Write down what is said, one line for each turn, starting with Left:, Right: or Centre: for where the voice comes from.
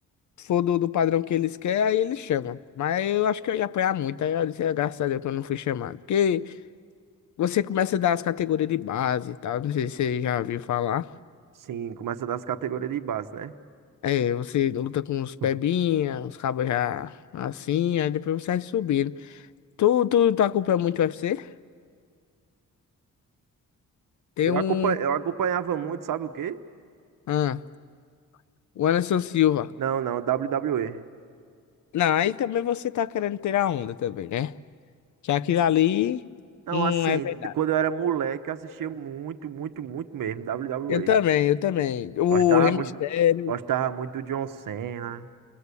Left: for do, do padrão que eles querem, aí eles chamam. Mas eu acho que eu ia apanhar muito. Aí eu disse, "Ah, graças a Deus que eu não fui chamado. Porque Você começa a dar as categorias de base e tal. Não sei se você já ouviu falar.
Right: Sim, começa das categorias de base, né?
Left: É, você luta com os pebinha,
Right: <laughs>
Left: os cabos já assim, aí depois você vai subindo. Tu, tu, tu acompanha muito o UFC? Tem
Right: Eu
Left: um.
Right: acompa- eu acompanhava muito, sabe o quê?
Left: Ah, o Anderson Silva.
Right: Não, não, WWE.
Left: Não, aí também você tá querendo ter a onda também, né? Que aquilo ali
Right: Não,
Left: não
Right: assim,
Left: é verdade.
Right: quando eu era moleque, eu assistia muito, muito, muito mesmo WWE.
Left: Eu também, eu também. O
Right: Gostava
Left: Rei Mistério.
Right: muito, gostava muito do John Cena,